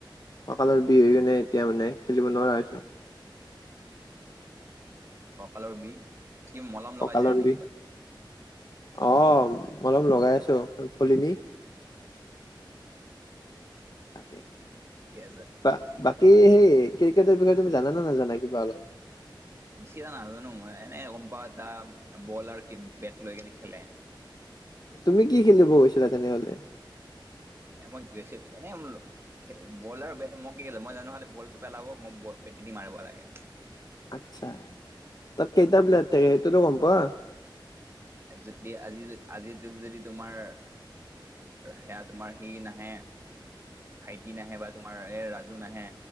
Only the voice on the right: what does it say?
কঁকালৰ বিষ কি মলম, লগাইছে
নে
কিবা
ঠিকে আছে
এ
বিশেষ এটা নাজানো মই এনে গম পাওঁ এটা বল আৰু বেট লৈ কিনে খেলে।
এম গেছিল এনে, খ বল আৰু বে মই কি খ মই জানো খাললে বলটো পেলাব মই বেটি দি মাৰিব লাগে।
যদি আজি আজি যদি তোমাৰ সেয়া তোমাৰ সি নাহে।
ভাইটি নাহে বা তোমাৰ এই ৰাজু নাহে।